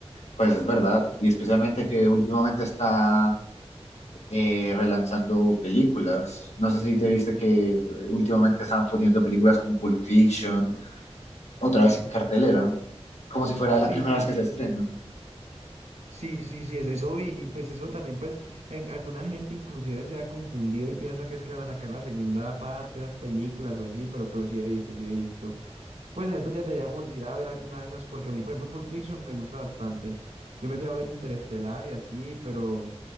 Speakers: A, on the left; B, on the right.
A: Pues es verdad, y especialmente que últimamente está eh, relanzando películas. No sé si te viste que eh, últimamente estaban poniendo películas como Pulp Fiction otra vez en cartelera. Como si fuera
B: Sí,
A: la primera
B: sí,
A: vez que se estrenan.
B: Sí, sí, sí, es eso y pues eso también pues en, alguna gente inclusive se ha confundido y piensa que es que van a sacar la segunda parte de esas películas o así, pero, pero sí he visto, sí he visto. Pues en estos días deberíamos de ir a ver alguna de esas porque a mí por ejemplo Pulp Fiction me gusta bastante. Yo me fui a ver Interestelar y así, pero,